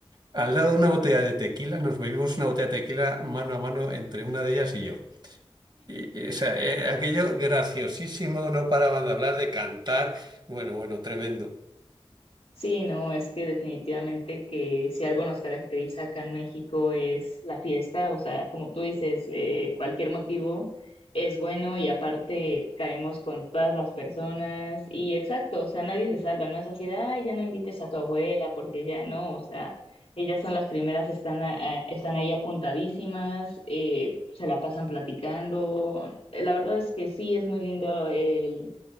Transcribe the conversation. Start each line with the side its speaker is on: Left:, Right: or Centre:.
Right: al lado de una botella de tequila, nos bebimos una botella de tequila mano a mano entre una de ellas y yo. Y, y, o sea, eh, aquello graciosísimo, no paraban de hablar, de cantar. Bueno, bueno, tremendo.
Left: Sí, no, es que definitivamente que si algo nos caracteriza acá en México es la fiesta, o sea, como tú dices, eh, cualquier motivo es bueno y aparte caemos con todas las personas y exacto, o sea, nadie se salva, no es así de, ay, ya no invites a tu abuela porque ya no, o sea, ellas son las primeras, están, a- a- están ahí apuntadísimas, eh, se la pasan platicando. La verdad es que sí, es muy lindo el,